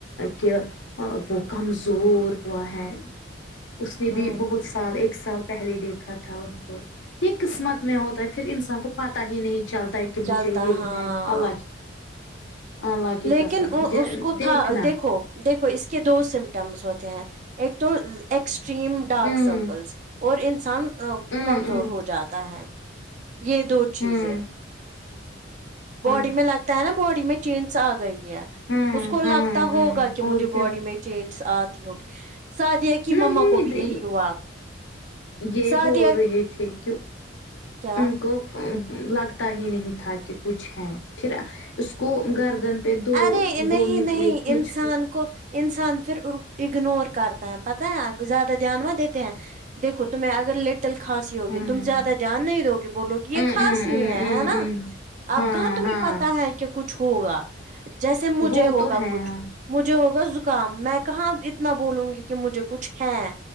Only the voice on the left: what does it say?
کہ وہ کمزور ہوا ہے اس نے
بھی بہت سال ایک سال پہلے دیکھا تھا ان کو یہ قسمت میں ہوتا ہے پھر انسان کو پتا ہی نہیں چلتا ہے کہ مجھے
یہ
ہے اللہ کی اللہ کے
قسم
ج
دیکھنا
ہوں
ہوں
ہوں
ہوں
ہاں
ہاں
ہاں
ہاں
اور
کیا
نہیں
د-
یہ
بول رہے تھے کہ
ان کو لگ تا ہی نہیں تھا کہ کچھ ہے پھر اس کو گردن پہ دو
وہ نکلے
کچھ
تو
ہاں
ہوں
ہوں ہوں
ہوں
ہوں
ہاں
ہاں
وہ
تو ہے
ہاں